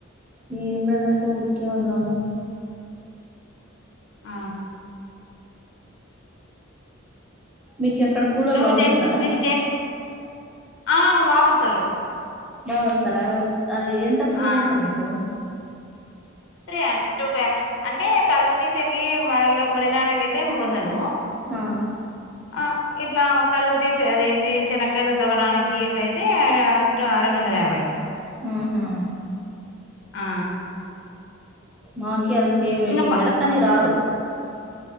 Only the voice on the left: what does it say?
ఆ
నువ్వు
జంక్ మీకు జంక్ ఆ బాగా వస్తారు
ఆ
రె అ టూ ఫైవ్ అంటే కల్పు తీసేకి మర వారి నాటకి అయితే మూడు వందలు
ఆ ఇట్లా కలుపు తీసే అది ఏంటి చనాకాయలు తవడానికి ఎట్లయితే అ ఆ రెండు వందల యాభై
ఆ
ఇంకా ప